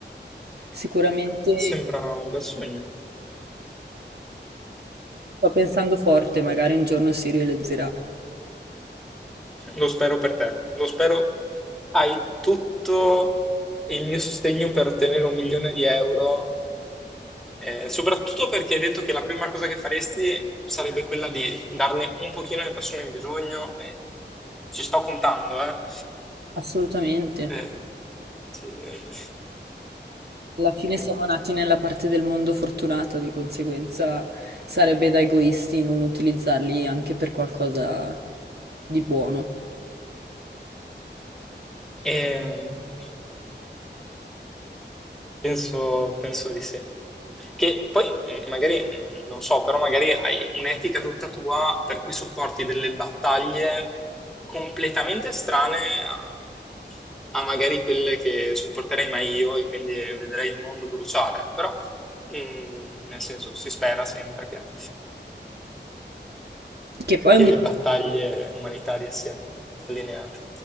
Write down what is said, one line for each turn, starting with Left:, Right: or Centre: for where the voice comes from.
Right: Sicuramente
Centre: Sembra un bel sogno.
Right: sto pensando forte, magari un giorno si realizzerà.
Centre: Lo spero per te. Lo spero. Hai tutto il mio sostegno per ottenere un milione di euro, eh, soprattutto perché hai detto che la prima cosa che faresti sarebbe quella di darne un pochino alle persone in bisogno. e ci sto contando, eh.
Right: Assolutamente.
Centre: Eh, sì, eh.
Right: Alla fine
Centre: <laughs>
Right: siamo nati nella parte del mondo fortunata, di conseguenza sarebbe da egoisti non utilizzarli anche per qualcosa di buono.
Centre: Ehm, penso, penso di sì. Che poi mh, magari, mh, non so, però magari hai un'etica tutta tua per cui supporti delle battaglie completamente strane a, a magari quelle che supporterei mai io e quindi vedrei il mondo bruciare. Però, mh, nel senso, si spera sempre che
Right: Che poi
Centre: che
Right: un
Centre: le battaglie umanitarie siano allineate.